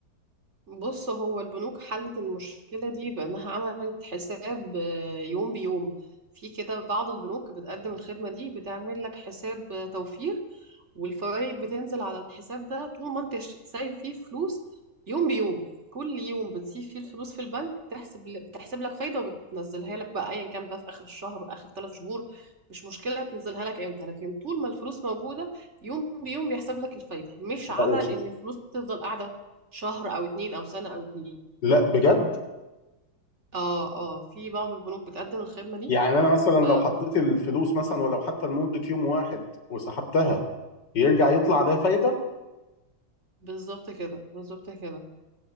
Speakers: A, on the right; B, on the left.
A: بص هو البنوك حلت المشكلة دي بأنها عملت حساب آه، يوم بيوم في كده بعض البنوك بتقدم الخدمة دي بتعمل لك حساب آه، توفير والفوائد بتنزل على الحساب ده طول ما انت ش- سايب فيه فلوس يوم بيوم كل يوم بتسيب فيه الفلوس في البنك بتحسب بتحسب لك فايدة وبتنزلها لك بقى ايا كان بقى في اخر الشهر واخر ثلاث شهور مش مشكلة تنزلها لك امتى لكن طول ما الفلوس موجودة يوم بيوم بيحسب لك الفايدة مش على
B: لا يا شيخ
A: ان الفلوس تفضل قاعدة شهر او اتنين او سنة او اتنين
B: لا بجد
A: اه اه في بعض البنوك بتقدم الخدمة دي
B: يعني انا مثلا
A: ف
B: لو حطيت الفلوس مثلا ولو حتى لمده يوم واحد وسحبتها يرجع يطلع عليها فايده
A: بالظبط كده بالظبط كده